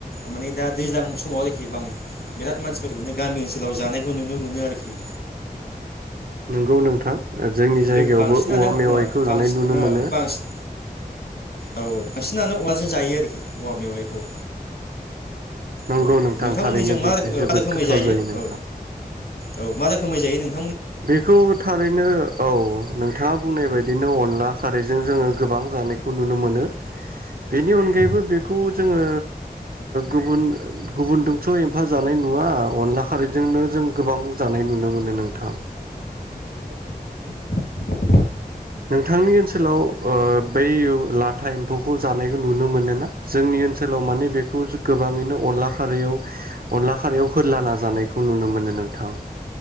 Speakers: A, on the left; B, on the right.
A: मानि दा दैज्लां समाव आरोखि बां बिराद मानसिफोरखौनो गामि ओनसोलाव जानायखौ नुनो मोनो आरोखि।
B: नंगौ नोंथां। जोंनि जायगायावबो
A: लोगो बांसिनानो
B: औवा
A: ओ
B: मेवाइखौ
A: बांसिन
B: जानाय नुनो
A: ओ
B: मोनो।
A: बांसिन औ औ बांसिनानो अनलाजों जायो आरोखि औवा मेवाइखौ।
B: नंगौ
A: औ
B: नोंथां
A: नोंथांमोननिजों
B: थारैनो
A: मा
B: बे
A: रोखोम
B: जोबोद
A: मा रोखोमै
B: गोथाव जायो नोंथां।
A: औ औ मा रोखोमै जायो नों
B: बेखौ थारैनो औ। नोंथाङा बुंनाय बादिनो अनला खारैजों जोङो
A: औ
B: गोबां जानायखौ नुनो मोनो बेनि
A: औ
B: अनगायैबो बेखौ जोङो गुबुन
A: औ
B: गुबुनजोंथ' एम्फा जानाय नुवा अनला खारैजोंनो
A: औ
B: जों गोबां जानाय
A: औ
B: नुनो
A: अनलाजों
B: मोनो नोंथां।
A: <unintelligible>
B: नोंथांनि ओनसोलाव बै लाथा एम्फौखौ जानायखौ नुनो मोन ना जोंनि
A: औ
B: ओनसोल ओनसोलाव
A: औ
B: माने
A: जायो
B: बेखौ
A: औ जायो
B: गोबाङैनो अनला खारैयाव अनला खारायाव
A: औ
B: होलाना जानायखौ नुनो मोनो नोंथां।